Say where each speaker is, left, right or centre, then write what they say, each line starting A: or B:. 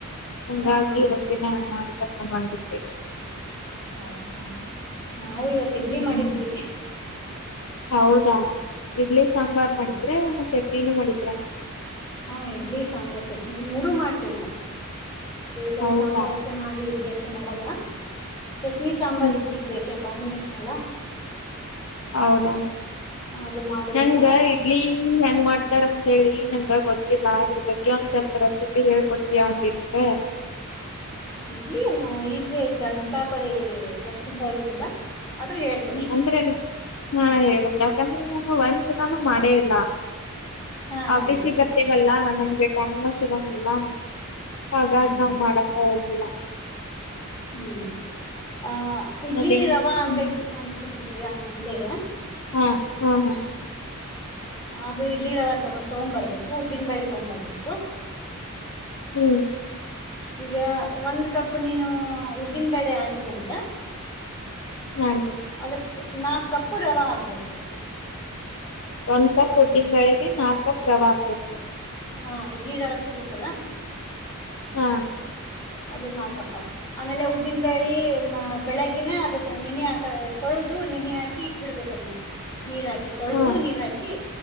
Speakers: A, on the left; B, on the left.
A: ಹಂಗಾಗಿ
B: ಹಾ ಹಾ
A: ರೊಟ್ಟಿನೇ <unintelligible>
B: ಹೌದಾ ನಾವು ಇವತ್ ಇಡ್ಲಿ
A: ಹ್ಮ್
B: ಮಾಡಿದ್ವಿ.
A: ಹೌದಾ ಇಡ್ಲಿ ಸಾಂಬಾರ್
B: ಹ
A: ಮಾಡಿದ್ರೆ ಚಟ್ನಿನೂ ಮಾಡಿದ್ರಾ.
B: ಹಾ ಇಡ್ಲಿ, ಸಾಂಬಾರ್, ಚಟ್ನಿ ಮೂರು ಮಾಡ್ತೇವ ನಾವ್. ಬರೀ
A: ಹೌದಾ
B: ಸಾಂಬಾರ್ ಅಷ್ಟೇ ಮಾಡಿ ಇಡ್ಲಿ ಅಷ್ಟೇ ಮಾಡಲ್ಲ ಚಟ್ನಿ, ಸಾಂಬಾರ್
A: ಹ್ಮ್
B: ಇಡ್ಲಿಗ್ ಬೇಕೆ ಕಾಂಬಿನೇಷನ್ ಅಲ್ಲಾ.
A: ಹೌದಾ
B: ಅದು ಮಾಡಿದ್ರನೆ
A: ನಂಗ್ ಇಡ್ಲಿ ಹೆಂಗ್ ಮಾಡ್ ಇತಾರ ಅಂತ ಹೇಳಿ ನಂಗ ಗೊತ್ತಿಲ್ಲ ಅದ್ರ ಬಗ್ಗೆ ಒಂದ್ ಸ್ವಲ್ಪ ರೆಸಿಪಿ ಹೇಳಿಕೊಡ್ತೀಯಾ <unintelligible> ನಂಗೆ.
B: ಇಡ್ಲಿ ಏನು ಈಸಿ ಅಂತಾ ಪರಿ ಕಷ್ಟದ್ದಗೇನಿಲ್ಲ. ಆದ್ರೂ ಹೇಳ್ತೇನೆ.
A: ಅಂದ್ರೆ ಹಾ ಹೇಳಿಲ್ಲ ಯಾಕಂದ್ರೆ ನಾನು ಒಂದ್ಸಲಾನು ಮಾಡೇ ಇಲ್ಲ.
B: ಹಾ ಹಾ
A: ಆಫೀಸ್ಸಿಗ ಬರ್ತಿವಲ್ಲ ನಮ್ಗೆ ಟೈಮ್ ಸಿಗೋಂಗಿಲ್ಲ. ಹಾಗಾದ್
B: ಹ್ಮ್
A: ನಾವ್ ಮಾಡಾಕ ಹೋಗ್ಲಿಲ್ಲಾ.
B: ಹ್ಮು ಅ ಇಡ್ಲಿ
A: ಅದೇ ಹ್ಮ್
B: ರವಾ ಅಂಗಡ್ಯಾಗ್ ಸಿಕ್ ಸಿಕ್ತತಿ ಅಂಗಡ್ಯಾಗ್.
A: ಹಾ ಹಾ ಹಾ.
B: ಅದು ಇಡ್ಲಿ ರವಾ ತಗೊ ತಗೊಂಡ್ಬರ್ಬೇಕು ಉದ್ದಿನ ಬ್ಯಾಳಿ ತಗೊಂಡ್ಬರ್ಬೇಕು.
A: ಹ್ಮು
B: ಈಗ ಒಂದ್ ಕಪ್ ನೀನು ಉದ್ದಿನ ಬೇಳೆ ಹಾಕಿದೆ ಅಂದ್ರ
A: <unintelligible>
B: ಅದಕ್ ನಾಕ್ ಕಪ್ಪು ರವಾ ಹಾಕ್ಬೇಕು.
A: ಒಂದ್ ಕಪ್ ಉದ್ದೀನ್ ಬೆಳೆಗೆ ನಾಕ್ ಕಪ್ ರವಾ ಹಾಕ್ಬೇಕ್.
B: ಹಾ ಇಡ್ಲಿ ರವಾ ಸಿಗ್ತತ್ತಲ್ಲಾ.
A: ಹಾ
B: ಅದ ನಾಕಪ್ಪ ಆಮೇಲೆ ಉದ್ದಿನ ಬೇಳಿ ಬೆಳಗ್ಗಿನ ಅದಕ್ ನೆನಾಕ ತೊಳ್ ತೊಳೆದು ನೆನಿ ಹಾಕಿ ಇಟ್ ಬಿಡ್ಬೇಕ ಅದನ್ನ. ನೀರ್ ಹಾಕಿ ತೊಳದು
A: ಹಾ
B: ನೀರ್ ಹಾಕಿ